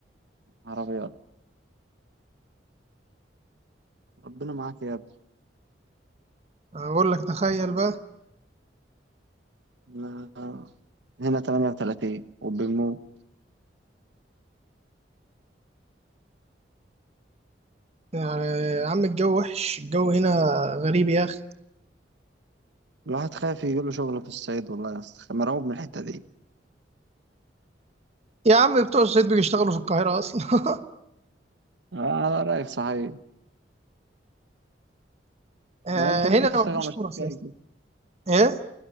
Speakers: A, on the right; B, on the right.
A: عربيات ربنا معاك يا ابني
B: أنا بقول لك تخيل بقى
A: أنا هنا 38 وبنموت
B: يعني يا عم الجو وحش الجو هنا غريب يا أخي
A: الواحد خايف يجيله شغل في الصعيد والله يا اسطى مرعوب من الحته دي
B: يا عم بتوع الصعيد بيشتغلوا في القاهرة أصلا <laughs>
A: آه، على رايك صحيح
B: آه،
A: ما انت ممكن
B: هنا
A: تشتغل
B: مفيش
A: مع شركة
B: فرص
A: يجيب-
B: يا اسطى إيه؟